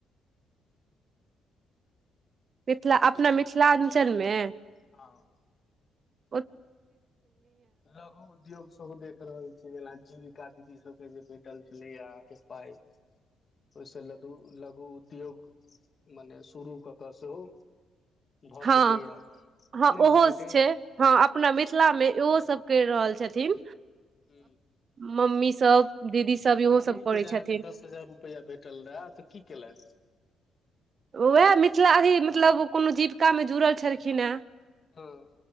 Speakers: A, on the right; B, on the left.
A: मिथिला अपना मिथिलाञ्चलमे
B: हँ
A: ओ
B: लघु उद्योग सब देख रहल छै जना जीविका दीदी सबके जे भेटल छलै अहाँके पाइ ओहिसँ लघु लघु उद्योग मने शुरू कऽ कऽ सेहो भऽ
A: हँ
B: सकैया
A: हँ
B: नहि भऽ
A: ओहो
B: सकैया
A: छै हँ अपना मिथिला मे ओहो सब कैर रहल छथिन
B: हू
A: मम्मी सब दीदी सब
B: तऽ
A: इहो
B: मम्मीके
A: सब करै
B: जे
A: छथिन
B: अहाँके दस हजार रुपैआ भेटल रहए तऽ की केलथ
A: उएह मिथिला अथी मतलब कोनो जीविकामे जुड़ल छलखिन हेँ
B: हँ